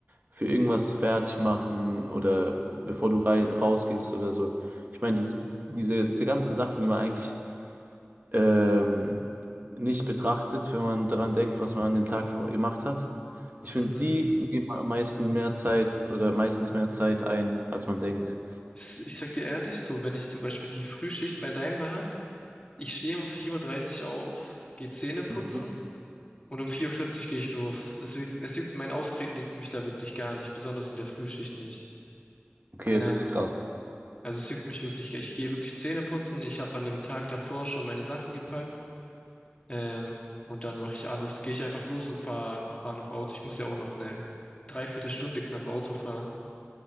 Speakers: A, on the right; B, on the left.
A: für irgendwas fertig machen oder bevor du rei- rausgehst oder so. Ich meine, diese, diese, diese ganzen Sachen, die man eigentlich ähm, nicht betrachtet, wenn man daran denkt, was man an dem Tag ver- gemacht hat. Ich finde,
B: Mhm.
A: die nehmen am meisten mehr Zeit oder meistens mehr Zeit ein, als man denkt.
B: Ich, ich sag dir ehrlich, so wenn ich zum Beispiel die Frühschicht bei Daimler hat, ich stehe um 4.30 Uhr dreißig auf, gehe Zähne putzen
A: Mhm.
B: und um 4.40 Uhr vierzig gehe ich los. Es, juckt- es juckt, mein Auftreten juckt mich da wirklich gar nicht, besonders in der Frühschicht nicht.
A: Okay,
B: Ähm,
A: das ist krass.
B: Also es juckt mich wirklich, ich gehe wirklich Zähne putzen. Ich habe an dem Tag davor schon meine Sachen gepackt. Ähm, und dann mache ich alles. Gehe ich einfach los und fahre fahr fahr noch Auto. Ich muss ja auch noch eine Dreiviertelstunde knapp Auto fahren.